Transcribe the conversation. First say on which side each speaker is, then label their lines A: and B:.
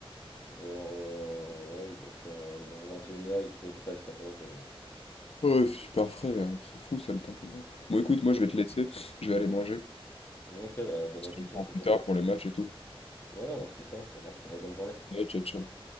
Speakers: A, on the left; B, on the left.
A: Vers, euh, ouais, il va faire euh, vers vingt et une heures il fait treize quatorze degrés.
B: Ouais, c'est super frais, euh, c'est fou ça le temps qu'ils ont. Bon, écoute, moi je vais
A: Mm.
B: te laisser, je vais aller manger.
A: Ok, bah, bon
B: Si
A: appétit
B: tu me prends
A: en tout
B: plus
A: cas.
B: tard pour les matchs et tout.
A: Ouais, on se dit ça, ça marche. Allez, bonne journée.
B: Ouais, ciao, ciao.